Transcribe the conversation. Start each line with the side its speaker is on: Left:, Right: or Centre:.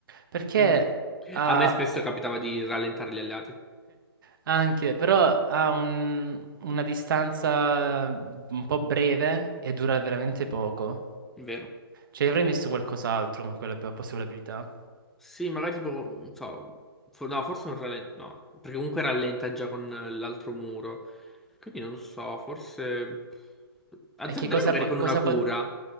Right: Perché
Centre: Mm.
Right: ha
Centre: A me spesso capitava di rallentare gli alleati,
Right: anche, però ha un- una distanza un po' breve e dura veramente poco.
Centre: vero?
Right: Cioè avrei messo qualcos'altro con quella possibile abilità.
Centre: Sì, magari tipo, non so, fo- no, forse non rallenta, no, perché comunque rallenta già con eh, l'altro muro. Quindi non so, forse azzarderei
Right: E che cosa,
Centre: magari
Right: po-
Centre: con
Right: cosa
Centre: una cura,
Right: po-